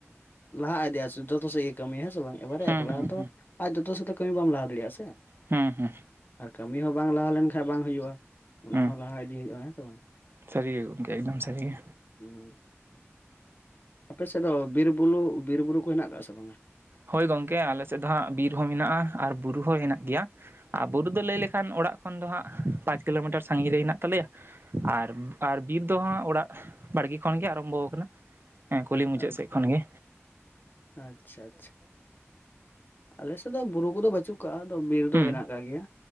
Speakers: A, on the left; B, on the right.
A: ᱞᱟᱦᱟ ᱤᱫᱤᱜᱼᱟ ᱡᱚᱛᱚ ᱥᱮᱫ ᱜᱮ ᱠᱟᱹᱢᱤᱜᱼᱟ ᱦᱮᱸ ᱥᱮ ᱵᱟᱝ ᱮᱵᱟᱨᱮ
B: ᱦᱩᱸ
A: ᱮᱠᱞᱟ
B: ᱦᱩᱸ
A: ᱫᱚ ᱟᱨ ᱡᱚᱛᱚ ᱥᱮᱫ ᱫᱚ ᱠᱟᱹᱢᱤ ᱵᱟᱢ ᱞᱟᱦᱟ ᱫᱟᱲᱤᱜᱼᱟ ᱥᱮ
B: ᱦᱩᱸ ᱦᱩᱸ
A: ᱟᱨ ᱠᱟᱹᱢᱤ ᱦᱚᱸ ᱵᱟᱝ ᱞᱟᱦᱟ ᱞᱮᱱᱠᱷᱟᱡ ᱵᱟᱝ ᱦᱩᱭᱩᱜᱼᱟ ᱚᱱᱟ
B: ᱦᱩᱸ
A: ᱦᱚᱸ ᱞᱟᱦᱟ ᱤᱫᱤ ᱦᱩᱭᱩᱜᱼᱟ ᱦᱮᱸ ᱥᱮ ᱵᱟᱝ
B: ᱥᱟᱹᱨᱤ ᱜᱮ ᱜᱚᱢᱠᱮ ᱮᱠᱫᱚᱢ ᱥᱟᱹᱨᱤ ᱜᱮ
A: ᱦᱩᱸ ᱟᱯᱮ ᱥᱮᱫ ᱫᱚ ᱵᱤᱨ ᱵᱩᱞᱩ ᱵᱤᱨ ᱵᱩᱨᱩ ᱠᱚ ᱦᱮᱱᱟᱜ ᱟᱠᱟᱜᱼᱟ ᱥᱮ ᱵᱟᱝᱟ
B: ᱦᱳᱭ ᱜᱚᱝᱠᱮ ᱟᱞᱮ ᱥᱮᱫ ᱫᱚ ᱦᱟᱸᱜ ᱵᱤᱨ ᱦᱚᱸ ᱢᱮᱱᱟᱜᱼᱟ ᱟᱨ ᱵᱩᱨᱩ ᱦᱚᱸ ᱦᱮᱱᱟᱜ ᱜᱮᱭᱟ ᱟᱨ ᱵᱩᱨᱩ ᱫᱚ ᱞᱟᱹᱭ ᱞᱮᱠᱷᱟᱱ ᱚᱲᱟᱜ ᱠᱷᱚᱱ ᱫᱚ ᱦᱟᱸᱜ ᱯᱟᱸᱪ ᱠᱤᱞᱳᱢᱤᱴᱟᱨ ᱥᱟᱜᱤᱧ ᱨᱮ ᱦᱮᱱᱟᱜ ᱛᱟᱞᱮᱭᱟ ᱟᱨ ᱟᱨ ᱵᱤᱨ ᱫᱚ ᱦᱟᱸᱜ ᱚᱲᱟᱜ ᱵᱟᱲᱜᱮ ᱠᱷᱚᱱ ᱜᱮ ᱟᱨᱟᱢᱵᱚ ᱟᱠᱟᱱᱟ ᱦᱮᱸ ᱠᱩᱞᱦᱤ ᱢᱩᱪᱟᱹᱫ
A: ᱟᱪᱪᱷᱟ
B: ᱥᱮᱫ ᱠᱷᱚᱱ ᱜᱮ
A: ᱟᱪᱪᱷᱟ ᱟᱪᱪᱷᱟ ᱟᱞᱮ ᱥᱮᱫ ᱫᱚ ᱵᱩᱨᱩ ᱠᱚᱫᱚ ᱵᱟᱹᱪᱩᱜ ᱠᱟᱜᱼᱟ ᱟᱫᱚ ᱵᱤᱨ ᱫᱚ
B: ᱦᱩᱸ
A: ᱦᱮᱱᱟᱜ ᱠᱟᱜ ᱜᱮᱭᱟ